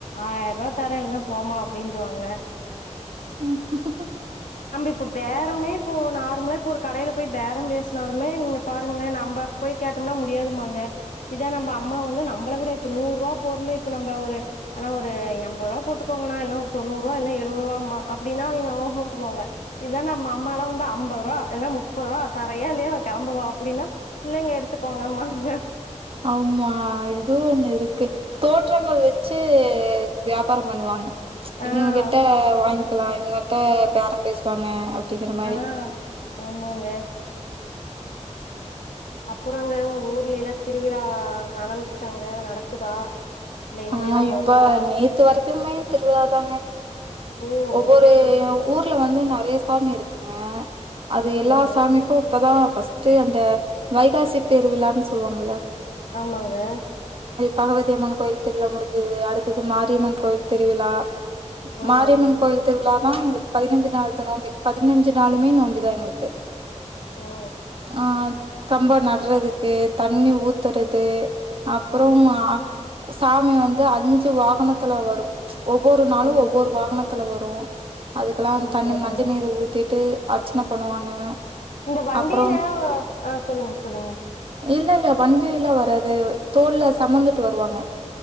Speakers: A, on the left; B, on the right.
A: ஆயிர ரூபா தரே இல்லன்னா போமா அப்டின்றுவாங்க
B: உஹம் <unintelligible>
A: இப்ப பேரமே இப்போ நார்மலா இப்ப ஒரு கடயில போய் பேரம் பேசுனாலுமே நீங்க பாருங்களே நம்ப போய் கேட்டோம்னா முடியாதுமாங்க இதா நம்ம அம்மா வந்து நம்பள விட இப்ப நூறு ரூபா பொருள் இப்ப நம்ப ஒரு ஆனா ஒரு எம்பது ரூபா போட்டுக்கோங்கனா இல்ல ஒரு தொண்ணூறு ரூவா இல்ல எழுவது ரூபாம்மா அப்டினா அவுங்க ஊகும்பாங்க இத நம்ப அம்மாலா வந்து அம்பது ரூவா இல்ல முப்பது ரூபா தரயா இல்லயா கெளம்பு அப்டின்னா இல்லைங்க எடுத்துக்கோங்க மாங்க
B: ஆமா இதுவு ஒன்னு இருக்கு தோற்றங்கள் வச்சு வியாபாரம் பண்ணுவாங்க இவுங்க
A: ஆ
B: கிட்ட வாங்கிக்கலா இவுங்க பே பேரம் பேசுவாங்க அப்டிங்கிற மாரி
A: ஆ ஆமாங்க அப்புறங்க உங்க ஊர்ல எல்லாம் திருவிழா நடந்துச்சாங்க நடக்குதா இல்ல இனிமேதா
B: ஆ இப்ப
A: வருமா
B: நேத்து வரைக்குமே திருவிழாதாங்க
A: ஓ
B: ஒவ்வொரு
A: செரி செரிங்க
B: ஊர்ல வந்து நறையா சாமி இருக்குங்க அது
A: ஓகேங்க
B: எல்லா சாமிக்கும் இப்பதான் ஃபர்ஸ்ட்டு அந்த வைகாசிதிருவிழான்னு சொல்லுவாங்கல்ல
A: ஆமாங்க
B: பகவதிஅம்மன் கோயில் திருவிழா முடிஞ்சது அடுத்தது மாரியம்மன் கோயில் திருவிழா
A: ஓ
B: மாரியம்மன் கோயில் திருவிழா நான் எங்களுக்கு பதினஞ்சு நாள்த்த நோம்பி பதினஞ்சு நாளுமே நோம்பிதான் எங்களுக்கு
A: ஓ
B: ஆ கம்பம் நடுறதுக்கு தண்ணி ஊத்துறது அப்புறோம்
A: ஓ ஓ
B: சாமி வந்து அஞ்சு வாகனத்துல வரும் ஒவ்வொரு நாளும்
A: ஓ
B: ஒவ்வொரு வாகனத்துல வரும் அதுக்கெல்லாம்
A: சூப்பருங்க
B: தண்ணி மஞ்சள் நீரை ஊத்திட்டு அர்ச்சனை பண்ணுவாங்க
A: உங்க வண்டியில
B: அப்புறம்
A: ஆ சொல்லுங்க சொல்லுங்க
B: இல்ல இல்ல வண்டியில்ல வர்ரது தோல்ல சுமந்துட்டு வருவாங்க